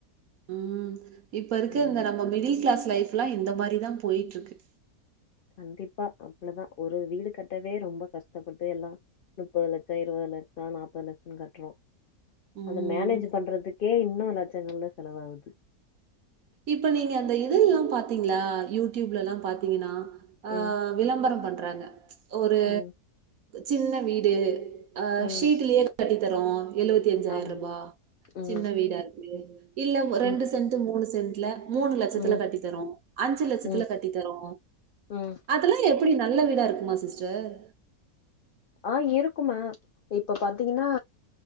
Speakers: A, on the right (about 70°); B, on the left (about 55°).
A: ம் இப்ப இருக்க
B: ம்
A: இந்த நம்ம மிடில் கிளாஸ் லைஃப் எல்லா இந்த அந் மாரிதா போயாட்டுருக்கு
B: கண்டிப்பா அவ்ளோ தா ஒரு வீடு கட்டவே ரொம்ப கஷ்டப்பட்டு எல்லா நுப்பது லட்சோ இருவது லட்சோ நாப்பது லட்சோ கட்றோ
A: ம்
B: அத மேனேஜ் பண்றதுக்கே இன்னு லச் செங்கல செலவாவுது
A: இப்ப நீங்க அந்த இத எல்லா பாத்தீங்களா யூடியூப்ல எல்லா பாத்தீங்கனா ஆ
B: ம்
A: விளம்பர பண் றாங்க ஒரு
B: ம்
A: சின்ன வீடு அ
B: ம்
A: ஷீட்டுலயே கட்டி தரோ எழுவத்தி அஞ்சாயிர்
B: ஆமா
A: ரூபா
B: ம்
A: சின்ன வீடா இருக்கு இல்ல
B: ம்
A: ரெண்டு சென்ட் மூணு சென்ட் இல மூணு லட்சத்துல
B: ம்
A: கட்டி தரோ அஞ்சு லட்சத்துல
B: ம்
A: கட்டித்தரோ
B: ம்
A: அதெல்லா எப்டி நல்ல வீடா இருக்குமா சிஸ்டர்
B: ஆ இருக்குமா இப்ப பாத்தீங்கனா